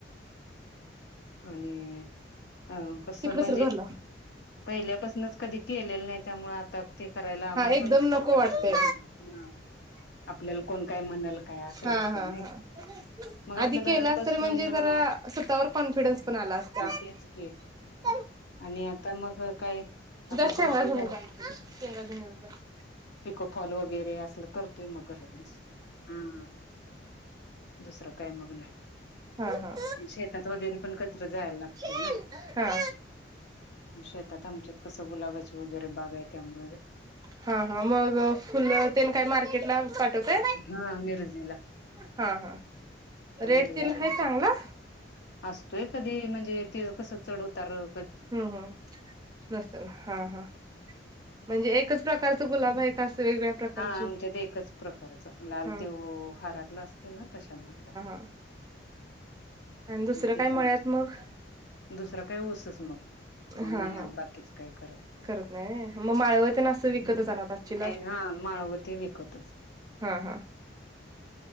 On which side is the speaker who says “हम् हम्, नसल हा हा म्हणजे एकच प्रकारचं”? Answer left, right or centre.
Right